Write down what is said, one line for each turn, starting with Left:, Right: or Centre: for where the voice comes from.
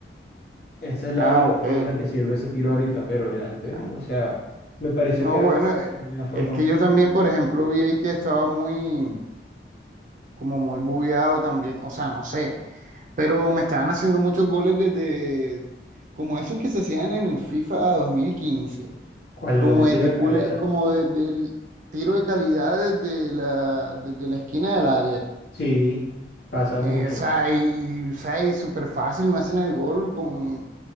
Left: Esa es la
Right: Ah,
Left: única
Right: ok.
Left: forma en la que sirve ese tiro ahorita, pero el antes,
Right: Ah,
Left: o sea, me pareció
Right: No,
Left: que era
Right: bueno, eh,
Left: una buena forma
Right: es que
Left: de jugar.
Right: yo también, por ejemplo, vi ahí que estaba muy, como muy bugueado también. O sea, no sé. Pero me estaban haciendo muchos goles desde, como esos que se hacían en el FIFA dos mil quince,
Left: ¿Cuál
Right: Como
Left: es los de tiro
Right: desde,
Left: de
Right: cule-
Left: calidad?
Right: como desde el tiro de calidad desde la, desde la esquina del área.
Left: Sí, pasa
Right: Eh,
Left: mucho.
Right: o sea, y, o sea, y súper fácil, me hacen el gol con...